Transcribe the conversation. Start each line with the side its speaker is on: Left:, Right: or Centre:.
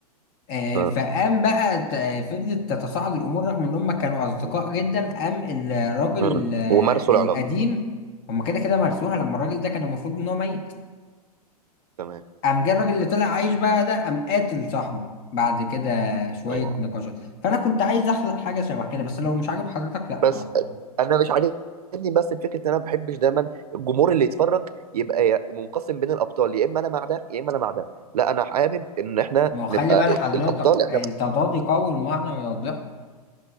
Left: آه
Right: اه
Left: فقام بقى ت- آه، فضلت تتصاعد الامور رغم ان هم كانوا اصدقاء جدا قام الراجل
Right: مم.
Left: ال- آه،
Right: ومارسوا العلاقه
Left: القديم هم كده كده مرسوها لما الراجل ده كان المفروض ان هو ميت
Right: تمام
Left: قام جه الراجل اللي طلع عايش بقى ده قام قاتل صاحبه بعد كده شوية
Right: هو
Left: نقاشات فأنا كنت عايز أخلق حاجة شبه كده بس لو مش عاجب حضرتك لأ
Right: بس
Left: خلاص تمام
Right: انا مش عاجبني بس الفكره ان انا ما بحبش دايما الجمهور اللي يتفرج يبقى يا- منقسم بين الابطال يا اما انا مع ده يا اما انا مع ده لا انا حابب ان احنا
Left: ما هو خلي
Right: نبقى
Left: بقى لحضرتك
Right: الابطال احنا
Left: التضاد يقوي المعنى ويوضحه